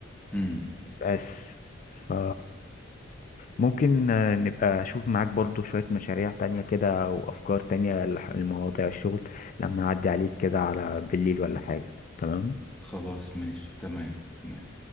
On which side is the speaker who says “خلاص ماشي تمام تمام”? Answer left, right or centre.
Centre